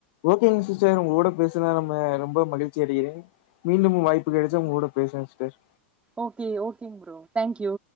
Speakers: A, on the left; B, on the right.
A: ஓகேங்க சிஸ்டர் உங்கோட பேசுனா நம்ம ரொம்ப மகிழ்ச்சி அடைக்கிறேன் மீண்டும் வாய்ப்பு கெடச்சா உங்க கூட பேசுறே சிஸ்டர்
B: ஓகே ஓகேங்க ப்ரோ தேங்க்யூ